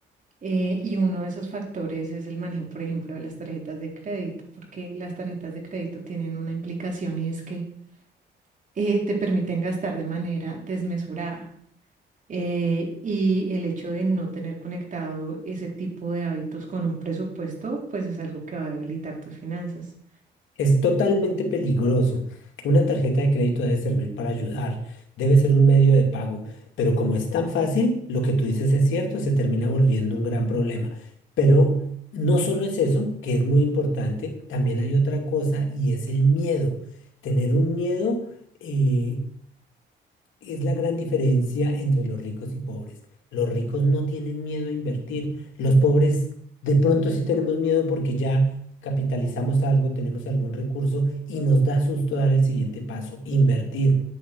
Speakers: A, on the right; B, on the left.
A: Eh, y uno de esos factores es el manejo, por ejemplo, de las tarjetas de crédito, porque las tarjetas de crédito tienen una implicación y es que eh, te permiten gastar de manera desmesurada. Eh, y el hecho de no tener conectado ese tipo de hábitos con un presupuesto, pues es algo que va a debilitar tus finanzas.
B: Es totalmente peligroso. Una tarjeta de crédito debe servir para ayudar, debe ser un medio de pago, pero como es tan fácil, lo que tú dices es cierto, se termina volviendo un gran problema. Pero no solo es eso, que es muy importante, también hay otra cosa y es el miedo. Tener un miedo eh, es la gran diferencia entre los ricos y pobres. Los ricos no tienen miedo a invertir. Los pobres de pronto sí tenemos miedo porque ya capitalizamos algo, tenemos algún recurso y nos da susto dar el siguiente paso, invertir.